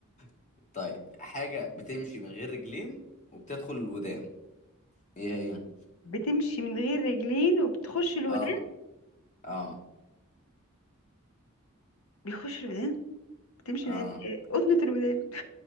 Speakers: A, on the left; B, on the left.
A: <laughs> طيب حاجة بتمشي من غير رجلين وبتدخل الودان ايه هي
B: بتمشي من غير رجلين وبتخش الودان
A: اه اه
B: بيخش الودان بتمشي
A: اه
B: من غير إيه؟ قطنة الودان